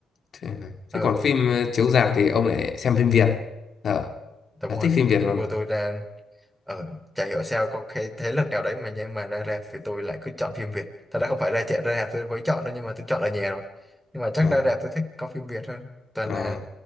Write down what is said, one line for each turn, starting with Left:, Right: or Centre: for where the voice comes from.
Left: Thế,
Centre: ừ
Left: thế còn phim ờ, chiếu rạp thì ông lại xem phim Việt. Ờ,
Centre: đúng
Left: là
Centre: rồi
Left: thích phim Việt luôn.
Centre: tôi- tôi là ờ, chả hiểu sao có cái thế lực nào đấy mà nhưng mà ra rạp thì tôi lại cứ chọn phim Việt thật ra không phải ra trẻ ra rạp tôi mới chọn đâu nhưng mà tôi chọn ở nhà rồi nhưng mà chắc
Left: Ờ,
Centre: ra rạp tôi thích có phim Việt hơn toàn
Left: ờ.
Centre: là